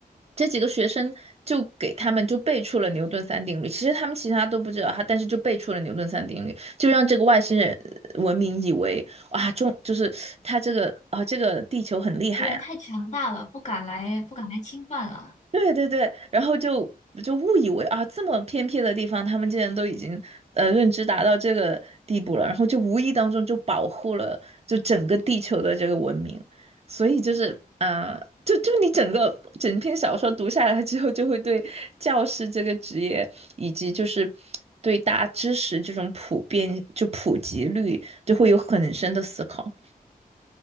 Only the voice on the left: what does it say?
敌人太强大了，不敢来，不敢来侵犯了。